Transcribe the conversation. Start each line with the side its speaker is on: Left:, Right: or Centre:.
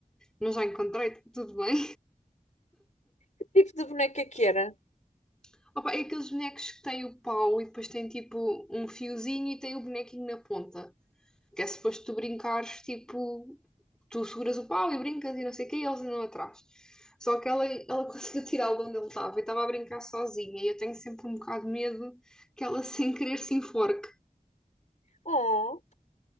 Centre: mas já encontrei, tá tudo bem.
Left: Que tipo de boneca que era?
Centre: <laughs> Opa, é aqueles bonecos que têm o pau e depois tem tipo um fiozinho e tem o bonequinho na ponta. Que é suposto tu brincares, tipo, tu seguras o pau e brincas e não sei o quê, e eles andam atrás. Só que ela, ela <laughs> conseguiu tirá-lo de onde ele estava e estava a brincar sozinha. E eu tenho sempre um bocado de medo que ela, <laughs> sem querer, se enforque.
Left: Oh.